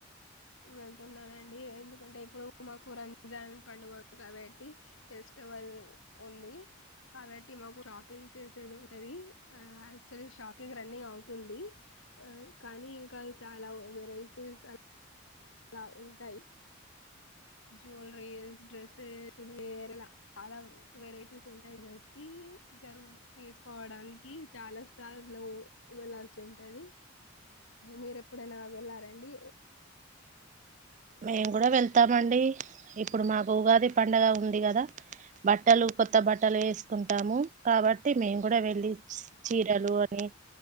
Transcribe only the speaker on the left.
వెళ్తున్నానండి ఎందుకంటే ఇప్పుడు మాకు రంజాన్ పండుగలు కాబట్టి ఫెస్ వల్ ఉంది కాబట్టి మాకు షాపింగ్ చేసేది ఉంటది యాక్చువలీ షాపింగ్ రన్నింగ్ అవుతుంది కానీ ఇంకా చాలా వెరైటీస్ లా ఉంటాయి జ్యువెలరీస్ డ్రెస్సెస్ లేహంగా వేరలా చాలా వెరైటీస్ ఉంటాయి బట్టి జరుగు తీసుకోవడానికి చాలా స్టార్ లో వెళ్లాల్సి ఉంటాది మీర ఎప్పుడైనా వెళ్ళారండి